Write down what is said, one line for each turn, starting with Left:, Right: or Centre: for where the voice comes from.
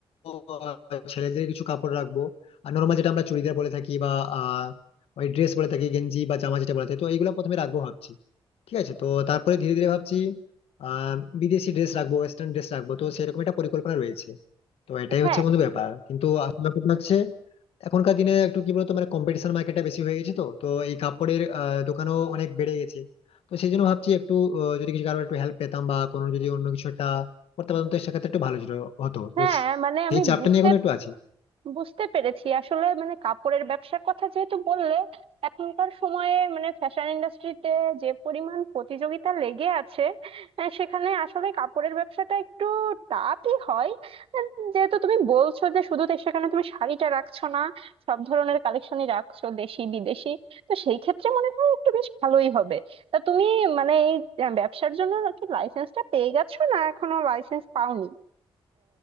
Left: আহ, ছেলেদের কিছু কাপড় রাখবো আর নর্মাল যেটা আমরা চুড়িদার বলে থাকি বা আহ, ওই ড্রেস বলে থাকি গেঞ্জি বা জামা যেটা বলে থাকি তো এইগুলো প্রথমে রাখবো ভাবছি ঠিক আছে তো তারপরে ধীরে ধীরে ভাবছি আহ বিদেশি ড্রেস রাখবো ওয়েস্টার্ন ড্রেস রাখবো তো সেরকম একটা পরিকল্পনা রয়েছে তো এটাই
Right: হ্যাঁ
Left: হচ্ছে বন্ধু ব্যাপার কিন্তু আসলে কথা হচ্ছে এখনকার দিনে একটু কি বলতো মানে কম্পিটিশন মার্কেটটা বেশি হয়ে গেছে তো তো এই কাপড়ের আহ, দোকানও অনেক বেড়ে গেছে তো সেই জন্য ভাবছি একটু আহ, যদি কিছু কারো একটু হেল্প পেতাম বা কোনো যদি অন্য কিছু একটা করতে পারতাম তো সেক্ষেত্রে একটু ভালো ছিল- হতো
Right: হ্যাঁ
Left: তো
Right: মানে আমি
Left: সেই চাপটা
Right: বুঝতে
Left: নিয়ে এখন একটু আছি
Right: বুঝতে পেরেছি আসলে মানে কাপড়ের ব্যবসার কথা যেহেতু বললে এখনকার সময়ে মানে ফ্যাশন ইন্ডাস্ট্রিতে যে পরিমাণ প্রতিযোগিতা লেগে আছে আহ, সেখানে আসলে কাপড়ের ব্যবসাটা একটু টাফই হয় আহ, যেহেতু তুমি বলছো যে শুধু তো সেখানে তুমি শাড়িটা রাখছো না সব ধরনের কালেকশনই রাখছো দেশি বিদেশি তো সেই ক্ষেত্রে মনে হয় একটু বেশ ভালোই হবে তা তুমি মানে এই আহ, ব্যবসার জন্য কি লাইসেন্সটা পেয়ে গেছো না এখনো লাইসেন্স পাওনি